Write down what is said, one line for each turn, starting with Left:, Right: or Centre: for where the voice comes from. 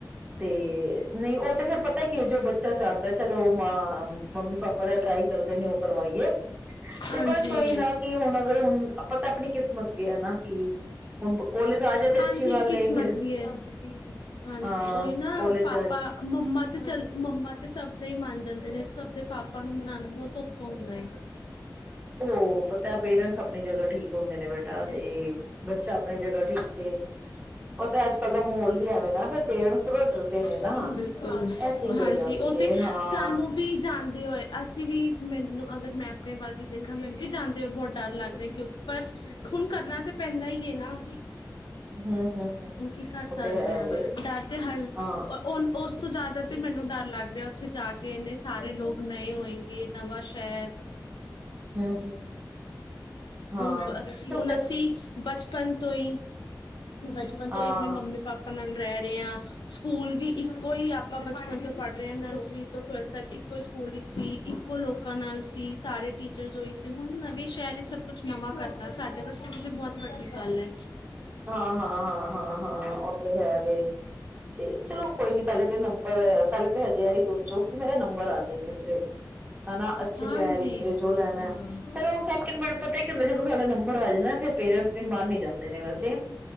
Right: ਤੇ ਨਈ ਉਹ ਤੇ ਫੇਰ ਪਤਾ ਕੀ ਏ ਜੋ ਬੱਚਾ ਚਾਵਦਾਏ ਚਲੋ। ਮਾਂ। ਮੰਮੀ ਪਾਪਾ ਦਾ ਟਰਾਈ ਕਰਦੇ ਨੇ ਉਹ ਕਰਵਾਈਏ ਤੇ
Left: ਹਾਂਜੀ
Right: ਬਸ ਉਹੀ ਨਾ ਕਿ ਹੁਨ ਅਗਰ ਹੁਨ ਆਪਾਂ ਤਾਂ ਆਪਣੀ ਕਿਸਮਤ ਵੀ ਏ ਨਾ ਕਿ <unintelligible> ਜਾਏ ਤੇ
Left: ਹਾਂਜੀ
Right: ਅੱਛੀ ਗੱਲ
Left: ਕਿਸਮਤ
Right: ਏ ਫੇਰ
Left: ਵੀ ਏ ਹਾਂਜੀ
Right: ਹਾਂ
Left: ਉਈ
Right: ਕੋਲੇਜ
Left: ਨਾ ਪਾਪਾ ਮੰਮਾ ਤੇ ਚਲ ਮੰਮਾ ਤੇ ਸਭ ਦੇ ਈ ਮੰਨ ਜਾਂਦੇ ਨੇ ਸਭ ਦੇ ਪਾਪਾ ਨੂੰ ਮਨਾਨਾ ਬੋਤ ਔਖਾ ਹੁੰਦਾ ਏ।
Right: ਉਹ ਪਤਾ ਪੇਰੈਂਟਸ ਆਪਣੀ ਜਗ੍ਹਾ ਠੀਕ
Left: <unintelligible>
Right: ਹੁੰਦੇ ਨੇ ਬੇਟਾ ਤੇ ਬੱਚਾ ਆਪਣੀ ਜਗ੍ਹਾ ਠੀਕ ਏ ਪਤਾ ਅੱਜ ਕੱਲ੍ਹ ਦਾ ਮਾਹੌਲ ਵੀ ਐਵੇਂ ਦਾ ਫਿਰ ਪੇਰੈਂਟਸ ਥੋੜਾ ਡਰਦੇ ਨੇ
Left: ਹੁੰ,
Right: ਨਾ
Left: ਬਿਲਕੁਲ,
Right: ਇਹ ਚੀਜ਼
Left: ਹਾਂਜੀ
Right: ਹੋ ਜਾਂਦੀ
Left: ਉਹ
Right: ਏ
Left: ਤੇ
Right: ਹਾਂ
Left: ਸਾਨੂੰ ਵੀ ਜਾਨ। ਹੋਏ ਅਸੀਂ ਵੀ ਮੈਨੂੰ ਅਗਰ ਮੈਂ ਆਪਣੇ ਵੱਲ ਵੀ ਦੇਖਾਂ ਮੈਨੂੰ ਵੀ ਜਾਂਦੇ ਹੋਏ ਬੋਤ ਡਰ ਲੱਗ ਰਿਹਾ ਕਿਉਂਕਿ ਪਰ ਹੁਨ ਕਰਨਾ ਤੇ ਪੈਂਦਾ ਈ ਨਾ।
Right: ਹੂੰ ਹੂੰ ਹੂੰ
Left: ਹੁਨ
Right: ਹੂੰ
Left: ਕੀ ਕਰ
Right: ਉਹ
Left: ਸਕਦੇ
Right: ਤੇ ਹੈ
Left: ਆ
Right: ਵੇ
Left: ਡਰ ਤੇ ਹਰ ਅ
Right: ਹਾਂ
Left: ਔਨ ਉਸ। ਤੋਂ ਜ਼ਿਆਦਾ ਤੇ ਮੈਨੂੰ ਡਰ ਲੱਗ ਰਿਹਾ ਉੱਥੇ ਜਾ ਕੇ ਇਹਨੇ ਸਾਰੇ ਲੋਕ ਨਏ ਹੋਏਗੇ ਨਵਾਂ ਸ਼ <unintelligible>
Right: ਹੁੰ, ਹੁੰ, ਹੁੰ, ਹਾਂ
Left: ਹੁਣ ਬ-
Right: ਚ
Left: ਅਸੀਂ ਬਚਪਨ ਤੋਂ ਈ। ਬਚਪਨ
Right: ਹਾਂ
Left: ਤੋਂ ਈ ਆਪਣੇ ਮੰਮੀ ਪਾਪਾ ਨਾਲ ਰੇਹ ਰੇ ਆਂ। ਸਕੂਲ ਵੀ ਇੱਕੋ ਈ ਆਪਾਂ ਬਚਪਨ ਤੋਂ ਪੜ੍ਹ ਰੇ ਆਂ ਨਰਸਰੀ ਤੋਂ ਟਵੈਲਥ ਤੱਕ ਇੱਕੋ ਈ ਸਕੂਲ ਵਿੱਚ ਸੀ, ਇੱਕੋ ਲੋਕਾਂ ਨਾਲ ਸੀ, ਸਾਰੇ ਟੀਚਰ ਔਈ ਸੀ, ਹੁਣ ਨਵੇਂ ਸ਼ਹਿਰ ਵਿਚ ਸਭ ਕੁਛ ਨਵਾਂ ਕਰ ਸਾਡੇ, ਪਾਸੇ ਕਿ ਤਾਂ ਬਹੁਤ ਵੱਡੀ ਗੱਲ ਹੈ। <inaudible>
Right: ਹਾਂ ਹਾਂ, ਹਾਂ ਹਾਂ ਹਾਂ ਉਹ ਤੇ ਹੈ। ਵੇ ਤੇ ਚਲੋ ਕੋਈ ਨੀ ਪਹਿਲੇ ਤਾਂ ਨੰਬਰ ਪਹਿਲੇ ਤਾਂ ਹਜੇ ਆ ਹੀ ਸੋਚੋ ਕਿ ਮੇਰਾ ਨੰਬਰ ਆ ਜੇ ਕਿਸ ਤਰੇ ਹਨਾ। ਅੱਛੇ
Left: ਹਾਂਜੀ
Right: ਸ਼ਹਿਰ ਚ ਜੋ ਲੈਣਾ,
Left: ਹਾਂ
Right: ਫੇਰ ਉਹ ਸੈਕਿੰਡ ਬਣ ਪਤਾ ਕਹਿੰਦੇ, ਜਦੋਂ ਸਾਡਾ ਨੰਬਰ ਆ ਜਾਂਦਾ ਫਿਰ ਪੇਰੈਂਟਸ ਵੀ ਮਨ ਨੀ ਜਾਂਦਾ। <inaudible> ਵੈਸੇ,